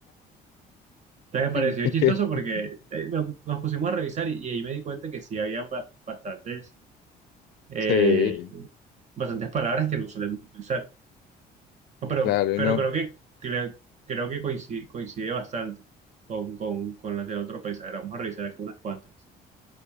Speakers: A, on the right; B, on the left.
A: Entonces me pareció
B: <laughs>
A: chistoso porque eh, nos nos pusimos a revisar y, y ahí me di cuenta que sí habían ba- bastantes, eh,
B: Sí.
A: bastantes palabras que no solemos utilizar. No, Pero,
B: Claro,
A: pero
B: y no.
A: creo que, creo, creo que coincide, coincide bastante con, con, con las del otro país. A ver, vamos a revisar algunas cuantas.